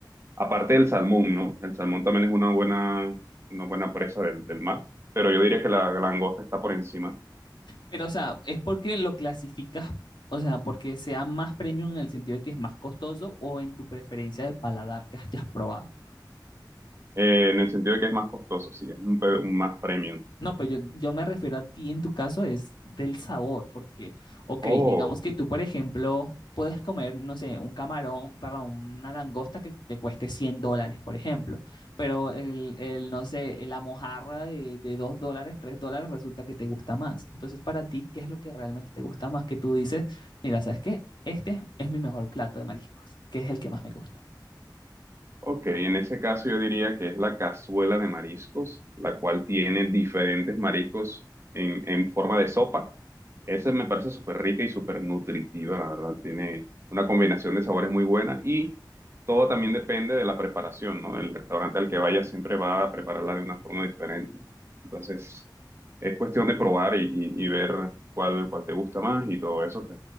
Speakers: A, on the right; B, on the left.
A: Aparte del salmón, ¿no? El salmón también es una buena, una buena presa del, del mar, pero yo diría que la langosta está por encima,
B: Pero, o sea, ¿es porque lo clasificas, o sea, porque sea más premium en el sentido de que es más costoso o en tu preferencia de paladar que hayas probado?
A: eh, en el sentido de que es más costoso, sí, es un, pe- un más premium.
B: No, pero yo, yo me refiero a ti en tu caso es del sabor, porque, ok,
A: Oh.
B: digamos que tú, por ejemplo, puedes comer, no sé, un camarón, perdón, una langosta que te cueste 100 dólares, por ejemplo, pero el, el, no sé, la mojarra de, de 2 dólares, 3 dólares resulta que te gusta más. Entonces, para ti, ¿qué es lo que realmente te gusta más? Que tú dices, mira, ¿sabes qué? Este es mi mejor plato de mariscos, que es el que más me gusta.
A: Ok, en ese caso yo diría que es la cazuela de mariscos, la cual tiene diferentes mariscos en, en forma de sopa. Esa me parece súper rica y súper nutritiva, la verdad. Tiene una combinación de sabores muy buena y todo también depende de la preparación, ¿no? El restaurante al que vaya siempre va a prepararla de una forma diferente. Entonces, es cuestión de probar y, y- y ver cuál, cuál te gusta más y todo eso,